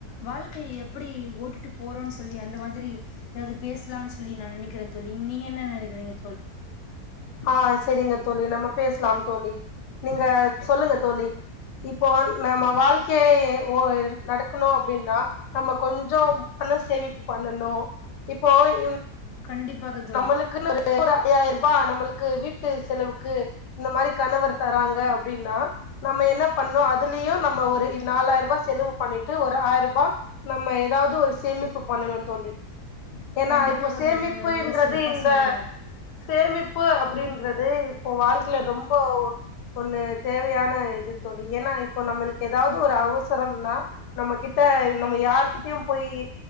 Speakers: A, on the left (about 70°); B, on the left (about 90°).
A: வாழ்க்கை எப்படி ஓட்டிட்டு போறோம்னு சொல்லி அந்த திரி ஏதாவது பேசலாம்னு சொல்லி நான் நினைக்கிறேன் தோழி நீங்க என்ன நினைக்க றிங்க
B: ஆஹ் சேரிங்க தோழி நம்ம பேசலாம் தோழி நீங்க சொல்லுங்க தோழி இப்போ நம்ம வாழ்க்கைய நடக்கணும் அப்படின்னா நம்ம கொஞ்சம் பண சேமிப்பு பண்ணணும் இப்போ ங்க
A: கண்டிப்பாக தோழி
B: நம்மளுக்கு ஒரு ஐயாயிரம் ரூ பாய் நம்மளுக்கு வீட்டு செலவுக்கு இந்த மாதிரி கணவர் தராங்க அப்படின்னா நம்ம என்ன பண்ணோம் அதுலயும் நம்ம ஒரு நாலாயிரம் ரூபாய் செலவு பண்ணிட்டு ஒரு ஆயிரம் ரூபாய் நம்ம ஏதாவது ஒரு சேமிப்பு பண்ணணும்னு தோழி ஏன்னா
A: கண்டிப்பாக
B: இப்போ சேமிப்பு
A: தோழி நீங்க
B: அப்டிங்குறது
A: மிக சிறப்பா
B: இந்த
A: சொன்னீங்க
B: சேமிப்பு அப்படின்றது இப்போ வாழ்க்கில ரொம்ப ஒண்ணு தேவையான இது தோழி ஏன்னா இப்போ நம்மளுக்கு ஏதாவது ஒரு அவசரம்னா நம்ம கிட்ட நம்ம யார்கிட்டயும் போய்